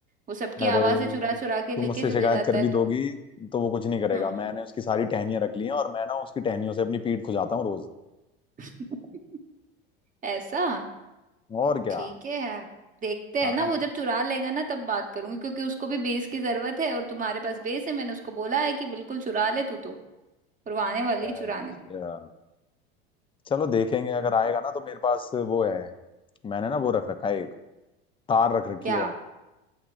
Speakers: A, on the right; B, on the left.
A: वो सबकी
B: अरे
A: आवाजें चुरा चुरा के
B: तुम
A: लेके
B: मुझसे
A: चले
B: शिकायत
A: जाता
B: कर
A: है
B: भी
A: तो
B: दोगी तो वो कुछ नहीं करेगा
A: हम्म
B: मैंने उसकी सारी टहनियां रख ली हैं और मैं ना उसकी टहनियों से अपनी पीठ खुजाता हूँ रोज
A: <laughs> ऐसा
B: और क्या
A: ठीक है यार देखते
B: हाँ
A: हैं ना वो जब चुरा लेगा ना तब बात करूंगी क्योंकि उसको भी बेस की जरूरत है और तुम्हारे पास बेस है मैंने उसको बोला है कि बिल्कुल चुरा ले तू तो और वो आने वाली
B: अच्छा
A: है चुराने
B: चलो देखेंगे अगर आएगा ना तो मेरे पास वो है मैंने ना वो रख रखा है एक तार रख रखी
A: क्या
B: है